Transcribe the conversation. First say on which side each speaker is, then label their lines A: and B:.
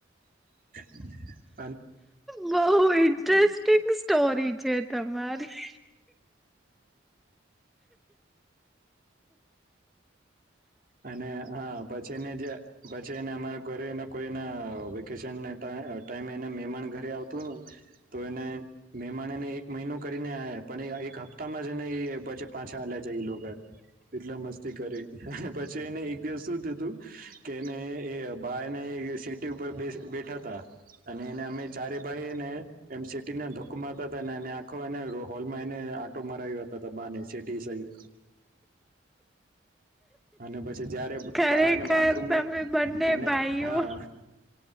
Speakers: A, on the right (about 45°); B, in the centre.
A: <inaudible>
B: બહુ ઇન્ટરેસ્ટિંગ સ્ટોરી છે તમારી.
A: અને હા પછી. પછી એને જે પછી એને અમારા ઘરે એ કોઈ એના વેકેશન ના ટા ટાઈમે એને મહેમાન ઘરે આવતુંને તો એને મહેમાન એને એક મહિનો કરીને આ પણ એ એક હપ્તામાં જ એને એ પછી પાછા હલ્યા જાય એ લોકો એટલા મસ્તી કરી પછી એને એક દિવસ શું થતું કે એને એ ભાઈને સીટી ઉપર બે બેઠા તા. અને એને અમે ચારે ભાઈને એમ સિટીને ધકમાતા હતા ને એ આખો એ હોલમાં એને આંટો મરા આવ્યા હતા બાને સહિત. અને પછી જયારે
B: ખરેખર
A: બહને બાથરૂમમાં
B: તમે બંને
A: અને
B: ભાઈઓ
A: હા